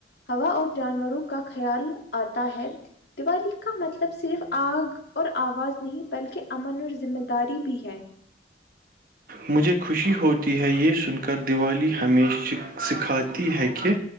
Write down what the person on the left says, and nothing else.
ہوا اور جانوروں کا خیال آتا ہے دیوالی کا مطلب صرف آگ اور آواز نہیں بلکہ امن اور ذم داری بھی ہے